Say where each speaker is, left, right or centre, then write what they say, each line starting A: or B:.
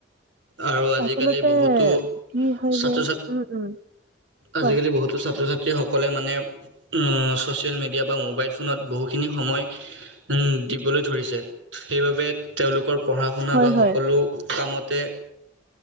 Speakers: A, on the right (about 85°); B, on the right (about 55°).
A: আৰু আজিকালি
B: আচলতে
A: বহুতো
B: কি হয়
A: ছাত্ৰ
B: যে
A: ছা
B: উম, উম
A: আজিকালি
B: কোৱা
A: বহুতো ছাত্ৰ ছাত্ৰী স ক'লে মানে উম, ছ'চিয়েল মিডিয়া বা মোবাইল ফোনত বহুখিনি সময় উম, দিবলৈ ধৰিছে সেইবাবে তেওঁলোকৰ পঢ়া শুনা
B: হয়,
A: বা
B: হয়।
A: সকলো কামতে